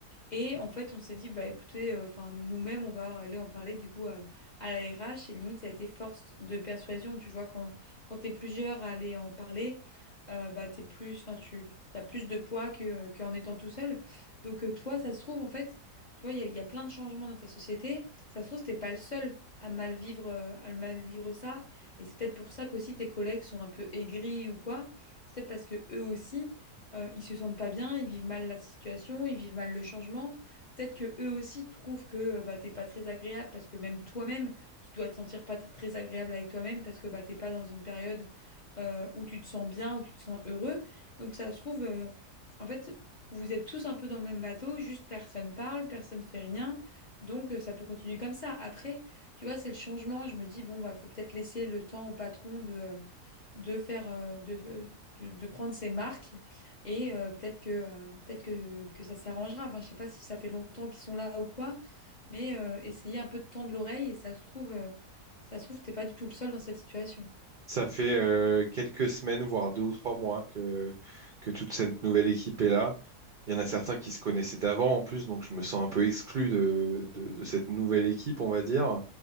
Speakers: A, on the left; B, on the right.
A: Et en fait, on s'est dit, bah écoutez, euh, enfin, nous-mêmes, on va aller en parler du coup à, à la RH. Et limite, ça a été force de persuasion. Tu vois, quand, quand t'es plusieurs à aller en parler, euh, bah t'es plus, enfin, tu as plus de poids que, qu'en étant tout seul. Donc, euh, toi, ça se trouve, en fait, tu vois, il y a, il y a plein de changements dans ta société. Ça se trouve, t'es pas le seul à mal vivre, euh, à mal vivre ça. Et c'est peut-être pour ça qu'aussi tes collègues sont un peu aigris ou quoi. C'est peut-être parce que eux aussi euh, ils se sentent pas bien, ils vivent mal la situation, ils vivent mal le changement. Peut-être que eux aussi trouvent que euh, bah, t'es pas très agréable parce que même toi-même, tu dois te sentir pas t- très agréable avec toi-même parce que bah, t'es pas dans une période euh, où tu te sens bien, où tu te sens heureux. Donc ça se trouve, euh, en fait, vous êtes tous un peu dans le même bateau, juste personne parle, personne fait rien. Donc euh, ça peut continuer comme ça. Après, tu vois, c'est le changement. Je me dis, bon, bah, faut peut-être laisser le temps au patron de. euh, de faire euh, de, de, de prendre ces marques et euh, peut-être que euh, peut-être que, que ça s'arrangera. Enfin, je sais pas si ça fait longtemps qu'ils sont là ou quoi, mais euh, essayez un peu de tendre l'oreille et ça se trouve euh, ça se trouve t'es pas du tout le seul dans cette situation.
B: Ça fait euh, quelques semaines, voire deux ou trois mois que, que toute cette nouvelle équipe est là. Il y en a certains qui se connaissaient d'avant en plus, donc je me sens un peu exclu de, de de cette nouvelle équipe, on va dire.